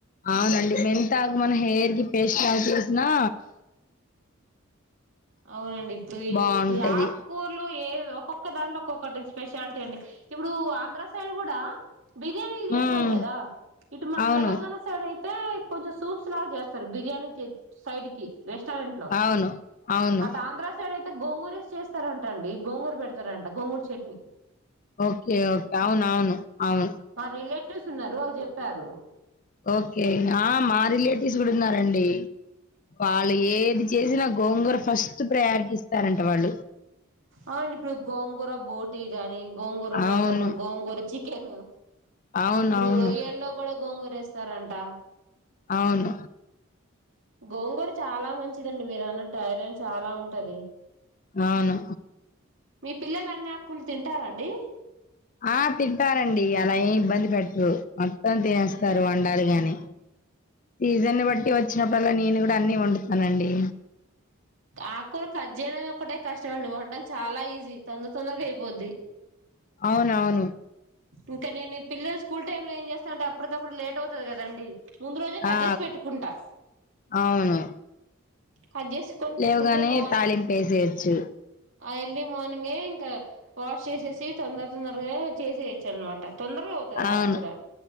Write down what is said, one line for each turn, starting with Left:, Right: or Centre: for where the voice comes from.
Left: అవునండి మెంతాకు మన హెయిర్ కి పేస్ట్ లాగ చేసినా
Right: అవునండి
Left: బాగుంటది
Right: ఆ కూూర్లు ఏ ఒక్కొక్క దాంట్లో ఒక్కొక్కటి స్పెషాలిటీ అండి ఇప్పుడు ఆంధ్ర సైడ్ కూడా బిర్యానీలు
Left: హ్మ్
Right: చేస్తాం కదా ఇటు మన
Left: అవును
Right: తెలంగాణ సైడ్ అయి అయితే కొంచెం సూప్స్ లాగా చేస్తారు బిర్యానీ సైడ్ కి రెస్టారెంట్ లో
Left: అవును అవును
Right: అటు ఆంధ్ర సైడ్ అయితే గోంగూర యేసి చేస్తారంటండి గోంగూరు పెడతారంట గోంగూరు చట్నీ
Left: ఓకేఓకే అవును అవును అవును
Right: మా రిలేటివ్స్ ఉన్నారు వాళ్ళు చెప్పారు
Left: ఓకే ఆ మా రి లేట్ ఇసుగుడున్నా రండి వాళ్ళు ఏ ఇది చేసిన గోంగూర ఫస్ట్ ప్రయారిటీ ఇస్తారంట వాళ్ళు
Right: అవునండి ఇప్పుడు గోంగూర బోటీ గాని గోంగూర
Left: అవును.
Right: మటన్ గోంగూర చ కెను
Left: అవునవును.
Right: ఇప్పుడు రొయ్యల్లో కూడా గోంగూరెస్తారంటా
Left: అవును
Right: గోంగూర చాలా మంచిదండి మీరు అన్నట్టు ఐరన్ చాలా ఉంటది
Left: అవును
Right: మీ పిల్లలు అన్ని ఆకులు తింటార అండి
Left: ఆ తింటారంండి అలా ఏం ఇబ్బంది పెట్టరు మొత్తం తినేస్తారు వండాలి గాని సీజన్ని బట్టి వచ్చినప్పుడలా నేను ఇ అన్ని వండుతానండి
Right: ఆకులు కట్ చేయడంమే ఒక్కటే కష్టం అండి వండం చాలా ఈజీ తొందర తొందరగా అయిపోద్ది
Left: అవునవును
Right: ఇంకా నేను ఈ పిల్లలు స్కూల్ టైమ్ లో ఏం చేస్తానంటే అప్పటికప్పుడు లేట్ అవుతుది కదండి ముందు రోజే కజేసి
Left: ఆ!
Right: పెట్టుకుంటా
Left: అవును.
Right: కట్ చేసుకొని
Left: లేవగానే
Right: పెట్టుకుంటే మార్న్
Left: తాలీంపేసెయొచ్చు
Right: ఎర్లీ మార్నింగే ఇంకా వాష్ చేసేసి తొందర తొందరగా చేసేయచ్చు అనమాట తొందర పోతుది
Left: అవును.
Right: ఆకూర